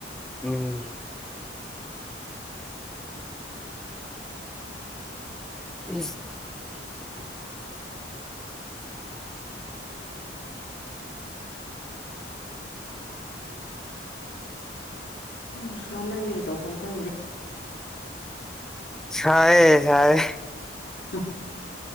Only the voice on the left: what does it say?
ꯎꯝ
<unintelligible> ꯎ ꯁꯥꯃꯟꯕꯤꯒꯩ ꯇꯧꯐꯝ ꯈꯪꯗꯦ
ꯍ